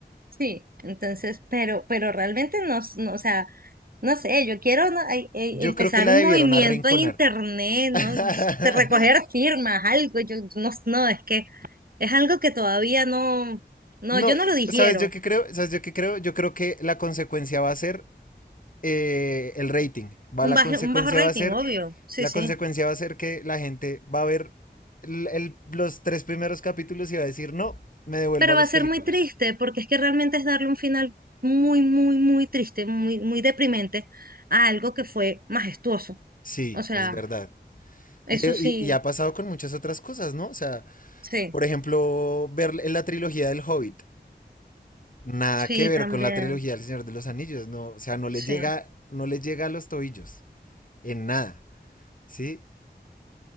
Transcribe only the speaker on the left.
Yo
creo que la
debieron
arrinconar.
<laughs>
No,
¿sabes yo qué creo? ¿Sabes yo qué creo? Yo creo que la consecuencia va a ser eh, el rating. Va,
la
consecuencia
va a ser.
La
consecuencia va a ser que la gente va a ver el- el- los tres primeros capítulos y va a decir, no, me devuelvo
a
las
películas.
Sí,
es verdad.
Y, y-
y ha pasado con muchas otras cosas, ¿no? O sea,
por ejemplo, ver la trilogía del Hobbit. nada
que ver
con la trilogía del Señor de los Anillos, no, o sea, no le
llega, no le llega a los tobillos en nada, ¿sí?